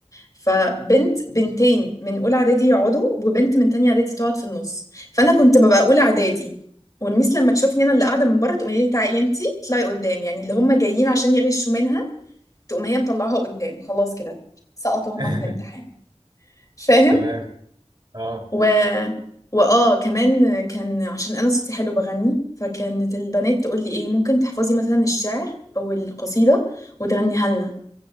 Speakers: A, on the left (about 30°); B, on the right (about 45°).
A: فبنت بنتين من اولى اعدادي يقعدوا وبنت من تانية اعدادي تقعد في النص فانا كنت ببقى اولى اعدادي والميس لما تشوفني انا اللي قاعده من بره تقوم لي تعالي انتي اطلعي قدام يعني اللي هم جايين عشان يغشوا منها تقوم هي مطلعها قدام خلاص كده سقطوا هم
B: <laughs>
A: في الامتحان فاهم؟
B: تمام اه
A: و واه كمان كان عشان انا صوتي حلو بغني فكانت البنات تقول لي ايه ممكن تحفظي مثلا الشعر او القصيده وتغنيها لنا